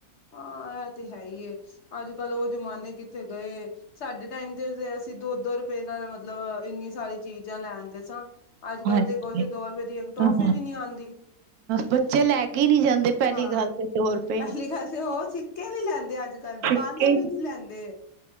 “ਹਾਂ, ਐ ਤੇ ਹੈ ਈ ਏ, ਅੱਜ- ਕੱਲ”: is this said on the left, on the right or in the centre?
Left